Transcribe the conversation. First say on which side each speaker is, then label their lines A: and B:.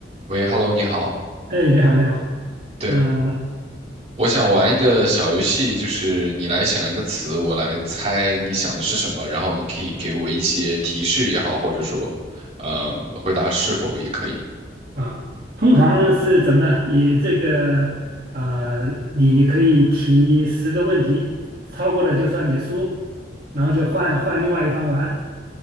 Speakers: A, on the right (about 40°); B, on the right (about 55°).
A: 喂，Hello，你好。
B: 哎，你好，你好，
A: 对，
B: 嗯、
A: 我想玩一个小游戏，就是你来想一个词，我来猜你想的是什么，然后你可以给我一些提示也好，或者说，呃，回答是否也可以。
B: 啊，通常是怎么样以这个呃，你可以提十个问题，超过了就算你输，然后就换换另外一方玩，